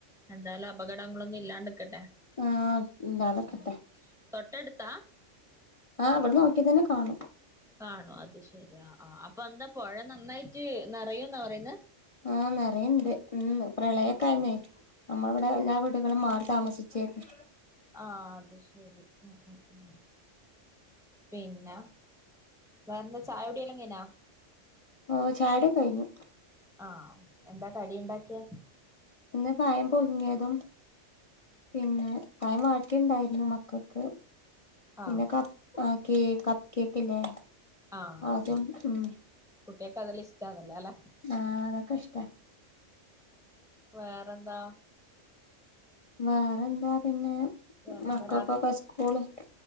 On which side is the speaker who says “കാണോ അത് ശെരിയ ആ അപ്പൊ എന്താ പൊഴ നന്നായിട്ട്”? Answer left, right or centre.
Centre